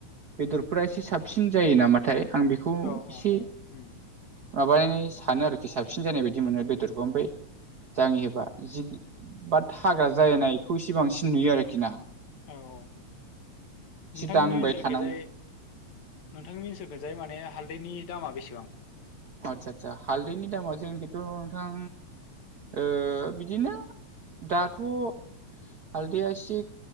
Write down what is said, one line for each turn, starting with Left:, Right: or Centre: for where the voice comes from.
Right: बेदरफोरा एसे साबसिन जायो नामाथाय। आं बेखौ
Left: औ औ
Right: एसे
Left: उम
Right: माबानानै सानो आरोखि। साबसिन जानाय बायदि
Left: उम
Right: मोनो बेदरखौ ओमफ्राय जाङि होबा जि बाद हाग्रा जानायखौ इसे बांसिन नुयो आरोखि ना।
Left: औ औ।
Right: एसे
Left: नोंथांमोननि
Right: दांबाय
Left: ओनसोलखैजाय
Right: थानांगौ
Left: नोंथांमोननि ओनसोलखैजाय माने हालदैनि दामा बिसिबां?
Right: आच्छा आच्छा हालदैनि दामा जोंनिखैथ' नोंथां ओ बिदिनो दाथ' हालदैया इसे